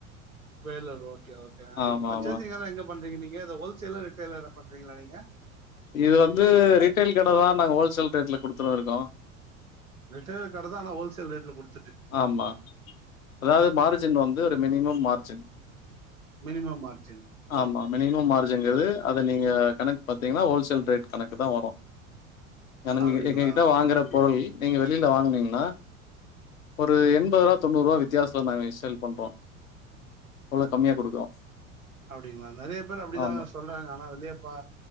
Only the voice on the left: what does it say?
ஆமா
ஆமா
இது வந்து ரீட்டெய்ல் கட தா நாங்க ஹோல்சேல் ரேட்ல குடுத்துன்னு இருக்கோ
ஆமா அதாவது மார்ஜின் வந்து ஒரு மினிமம் மார்ஜின்
ஆமா மினிமம் மார்ஜின்ங்கறது அத நீங்க கணக்கு பாத்தீங்கன்னா ஹோல்சேல் ரேட் கணக்கு தா வரு எங்க
எங்க கிட்ட வாங்குற பொருள் நீங்க வெளியில வாங்கனீங்கன்னா ஒரு எண்பது ரூபா தொண்ணுறு ரூபா வித்யாசத்துல நாங்க சேல் பண்றோ அவ்ளோ கம்மியா குடுக்குறோ
ஆமா